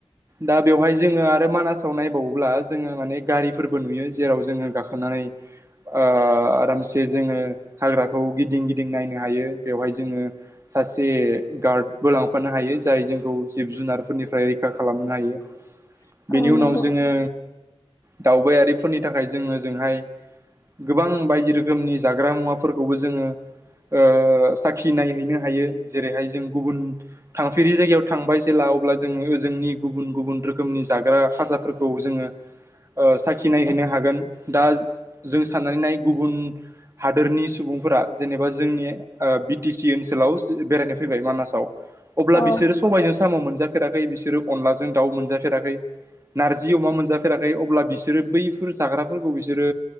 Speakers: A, on the right; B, on the left.
A: दा बेवहाय जोंङो आरो मानासाव नायबावोब्ला जोंङो माने गारि। फोरबो नुयो जेराव जोंङो गाखोनानै ओ आरामसे जोंङो हाग्राखौ गिदिं। गिदिं गिदिं नायनो हायो बेवहाय जोंङो सासे गार्डबो लांफानो हायो जाय जोंखौ। जिब जुनारफोरनिफ्राय रैखा खालामनो हायो।
B: <inaudible>
A: बेनि
B: नंगौ
A: उनाव जोंङो। दावबायारिफोरनि थाखाय जो ओजोंहाय। गोबां बायदि रोखोमनि जाग्रा मुवाफोरखौबो जोङो ओ साखिनाय हैनो हायो। जेरैहाय जों गुबुन थांफेरि जायगायाव थांबाय जेला। अब्ला जोङो जोंनि गुबुन गुबुन रोखोमनि जाग्रा खाजाफोरखौ जोङो साखिनायहैनो हागोन दा जों साननानै नाय गुबुन हादोरनि सुबुंफोरा जेनेबा जोंनि बि टि सि ओनसोलाव बेरायनो फैबाय मानासाव अब्ला
B: औ
A: बिसोरो सबाइजों साम' मोनजाफेराखै बिसोरो अनलाजों-दाव मोनजाफेराखै नारजि-अमा मोनजाफेराखै अब्ला बिसोरो बैफोर जाग्राफोरखौ बिसोरो